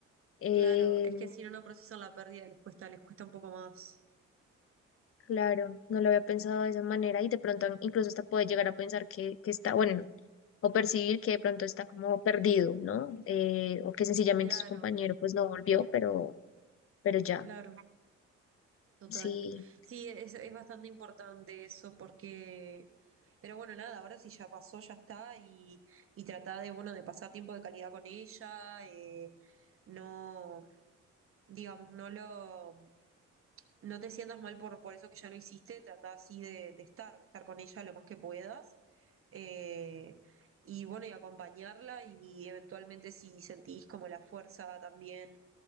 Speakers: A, on the left; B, on the right.
A: Eh,
B: Claro, es que si no, no procesan la pérdida, les cuesta, les cuesta un poco más.
A: claro, no lo había pensado de esa manera y de pronto incluso hasta puede llegar a pensar que, que está, bueno, o percibir que de pronto está como perdido, ¿no? Eh, o que sencillamente
B: Claro,
A: su compañero pues no volvió, pero, pero ya,
B: claro, total.
A: sí.
B: Sí, es, es bastante importante eso porque, pero bueno, nada, ahora sí ya pasó, ya está, y, y tratar de, bueno, de pasar tiempo de calidad con ella, eh, no, digamos, no lo... No te sientas mal por, por eso que ya no hiciste, trata así de, de estar, de estar con ella lo más que puedas. eh, y bueno, y acompañarla y eventualmente si sentís como la fuerza también